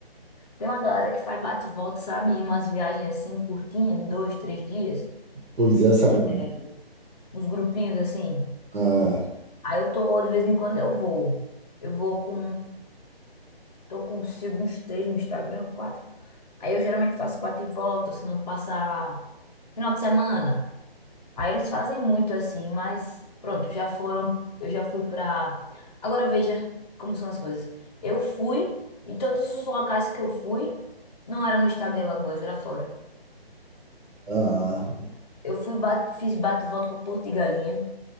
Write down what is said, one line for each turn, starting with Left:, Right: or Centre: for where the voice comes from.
Left: Tem uma galera que faz bate e volta, sabe? E umas viagens assim, curtinhas, de dois, três dias.
Right: Pois é, essa galera.
Left: é, Uns grupinhos assim.
Right: É,
Left: Aí eu tô, de vez em quando eu vou. Eu vou com. Tô consigo uns três no Instagram, quatro. Aí eu geralmente faço bate e volta, se não passar final de semana. Aí eles fazem muito assim, mas pronto, já foram. Eu já fui pra. Agora veja como são as coisas. Eu fui, e todos os locais que eu fui, não era no estado de Alagoas, era fora.
Right: ah,
Left: Eu fui, bate, fiz bate e volta pra Porto de Galinha.